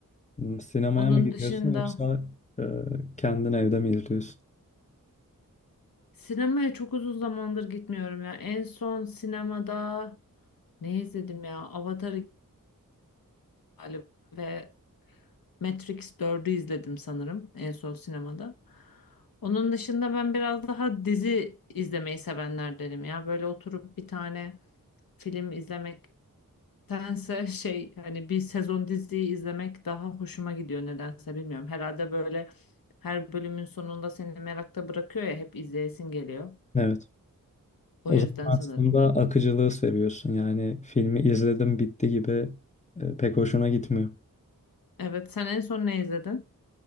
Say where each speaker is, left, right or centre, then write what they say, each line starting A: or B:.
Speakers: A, on the left; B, on the left.
A: Hmm, Sinemaya
B: Onun
A: mı gidiyorsun
B: dışında
A: yoksa e, kendin evde mi izliyorsun?
B: sinemaya çok uzun zamandır gitmiyorum ya. En son sinemada ne izledim ya? Avatar iki galiba ve Matrix dördü izledim sanırım en son sinemada. Onun dışında ben biraz daha dizi izlemeyi sevenlerdenim ya. Böyle oturup bir tane film izlemek Nedense şey hani bir sezon diziyi izlemek daha hoşuma gidiyor nedense bilmiyorum. Herhalde böyle her bölümün sonunda seni merakta bırakıyor ya hep izleyesin geliyor.
A: Evet.
B: O
A: O
B: yüzden
A: zaman aslında
B: sanırım.
A: akıcılığı seviyorsun. Yani filmi izledim bitti gibi e, pek hoşuna gitmiyor.
B: Evet sen en son ne izledin?